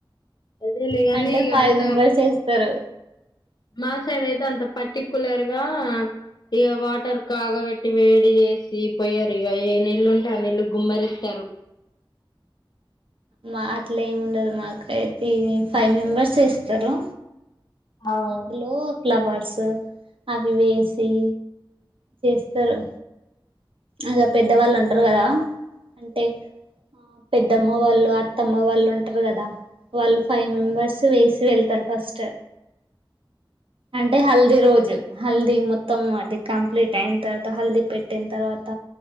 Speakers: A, on the left; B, on the right.
A: అదేలేగాని
B: అంటే ఫైవ్
A: అంత
B: మెంబర్స్ వస్తారు
A: మా సైడ్ అయితే అంత పర్టికు్యలర్ గా ఇక వాటర్ కాగబెట్టి వేడి చేసి పోయారు ఇక ఏ నీళ్లుుంటే ఆ నీళ్లుు గుమ్మరిస్తారు
B: మా అట్లా ఏమి ఉండదు మాక అయితే ఫైవ్ మెంబర్స్ ఇస్తారు
A: అవును
B: అందులో ఫ్లవర్స్ అవి వేసి చేస్తారు అగా పెద్దవాళ్ళు అంటారు కదా అంటే ఆ పెద్దమ్మ వాళ్ళు అత్తమ్మ వాళ్ళు ఉంటారు కదా వాళ్ళు ఫైవ్ మెంబర్స్ వేసి వెళ్తారు ఫస్ట్ అంటే హల్దీ రోజు హల్దీ మొత్తం అది కంప్లీట్ అయిన తర్వాత హల్దీ పెట్టిన తర్వాత